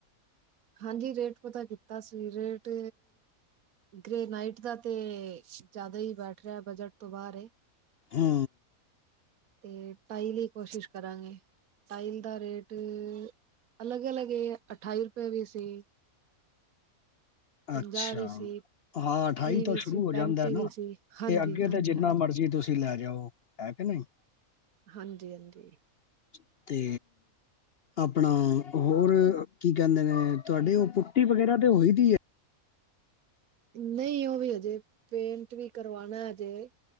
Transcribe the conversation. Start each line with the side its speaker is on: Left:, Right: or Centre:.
Right: ਹਾਂਜੀ ਰੇਟ ਪਤਾ ਕੀਤਾ ਸੀ। ਰੇਟ ਗ੍ਰੇ ਨਾਈਟ ਦਾ ਤੇ ਜ਼ਿਆਦਾ ਹੀ ਬੈਠ ਰਿਹਾ, ਬਜਟ ਤੋਂ ਬਾਹਰ ਏ।
Left: ਹੰ।
Right: ਤੇ ਟਾਈਲ ਕੋਸ਼ਿਸ਼ ਕਰਾਂਗੇ। ਟਾਈਲ ਦਾ ਰੇਟ ਅਲੱਗ ਅਲੱਗ ਏ। ਅਠਾਈ ਰੁਪਏ ਵੀ ਸੀ। ਪੰਜਾਹ
Left: ਅੱਛਾ,
Right: ਵੀ ਸੀ
Left: ਹਾਂ ਅਠਾਈ
Right: ਤੀਹ
Left: ਤੋਂ
Right: ਵੀ
Left: ਸ਼ੁਰੂ
Right: ਸੀ
Left: ਹੋ
Right: ਪੈਂਤੀ
Left: ਜਾਂਦਾ ਨਾ।
Right: ਵੀ ਸੀ ਹਾਂਜੀ
Left: ਐ ਅੱਗੇ
Right: ਹਾਂਜੀ
Left: ਤੇ ਜਿੰਨਾ
Right: ਹਾਂਜੀ
Left: ਮਰਜ਼ੀ ਤੁਸੀਂ ਤੁਸੀਂ ਲੈ ਜਾਓ। ਹੈ ਕਿ ਨਹੀਂ?
Right: ਹਾਂਜੀ ਹਾਂਜੀ
Left: <inaudible> ਤੇ ਆਪਣਾ ਹੋਰ ਕੀ ਕਹਿੰਦੇ ਨੇ ਤੁਹਾਡੇ ਉਹ ਪੁੱਟੀ ਵਗੈਰਾ ਤੇ ਉਹੀ ਦੀ ਹੈ
Right: ਨਹੀਂ ਉਹ ਵੀ ਹਜੇ ਪੇ ਵੀ ਕਰਵਾਉਣਾ ਹੈਜੇ